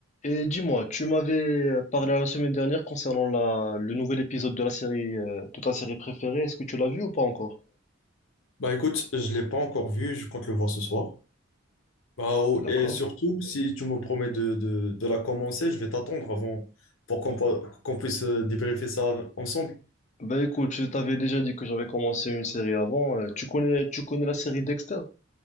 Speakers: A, on the left; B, on the left.
A: Et dis-moi, tu m'avais euh, parlé la semaine dernière concernant la, le nouvel épisode de la série, euh, de ta série préférée. Est-ce que tu l'as vu ou pas encore?
B: Bah écoute, je l'ai pas encore vu, je compte le voir ce soir. Bah, oh,
A: D'accord.
B: et surtout, si tu me promets de, de, de la commencer, je vais t'attendre avant pour qu'on po- qu'on puisse euh, débriefer ça ensemble.
A: Bah écoute, je t'avais déjà dit que j'avais commencé une série avant. Euh, tu connais, tu connais la série Dexter?